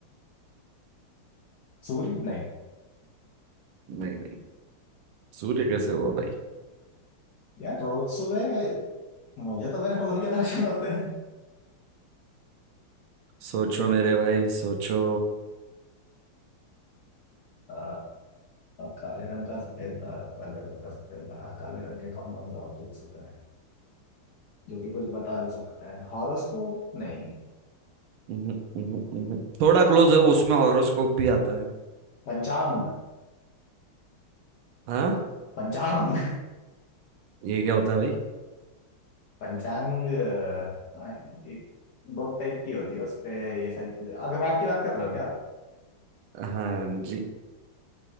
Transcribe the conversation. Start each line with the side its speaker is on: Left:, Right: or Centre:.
Left: सूर्य नहीं
Right: नहीं नहीं सूर्य कैसे हुआ भाई
Left: यार रोज सुबह मुझे तो मेरे फोन के दर्शन होते हैं
Right: सोचो मेरे भाई सोचो
Left: आ, काले रंग का सफेद तारा काले रंग का सफेद तारा काले रंग के कौन कौन सा ऑब्जेक्ट होता है जो कि कुछ बता भी सकता है हॉरोस्कोप नहीं
Right: उहुं, उहुं, उहुं। थोड़ा क्लोज है उसमें हॉरोस्कोप भी आता है
Left: पंचांग
Right: हाँ
Left: पंचांग
Right: ये क्या होता है भाई
Left: <laughs> पंचांग आ, एक बुक टाइप की होती है उस पे ये सारी चीजें अखबार की बात कर रहे हो क्या आप?
Right: हाँ जी